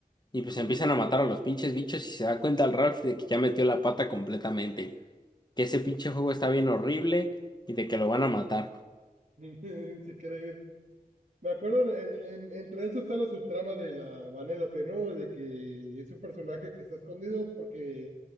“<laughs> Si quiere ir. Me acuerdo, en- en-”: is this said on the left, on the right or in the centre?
Right